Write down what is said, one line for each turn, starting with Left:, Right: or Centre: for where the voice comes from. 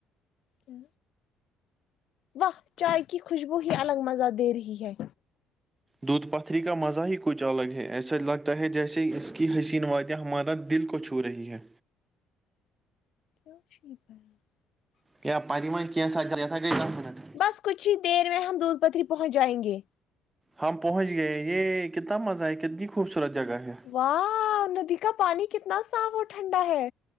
Left: کیا واہ چائے کی خوشبو ہی الگ مزہ دے رہی ہے
Right: دودھ پتری کا مزہ ہی کچھ الگ ہے ایسا لگتا ہے جیسے اس کی حسین وادیاں ہمارا دل کو چھ ہو رہی ہے
Left: <unintelligible>
Right: <unintelligible>
Left: بس کچھ ہی دیر میں ہم دودھ پتری پہنچ جائیں گے
Right: ہم پہنچ گئے یہ کتنا مزہ ہے کتنی خوبصورت جگہ ہے
Left: واہ ندی کا پانی کتنا صاف اور ٹھنڈا ہے